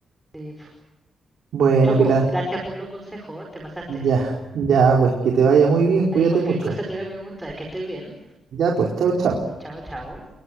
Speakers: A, in the centre; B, on the right (about 70°).
A: Sí, po.
B: Bueno,
A: Ya pues,
B: Pilar,
A: gracias por los consejos, te pasaste.
B: ya, ya, pues que te vaya muy bien, cuídate
A: Ahí cualquier
B: mucho.
A: cosa te voy a preguntar, que estés bien.
B: Ya, pues, chao, chao.
A: Chao, chao.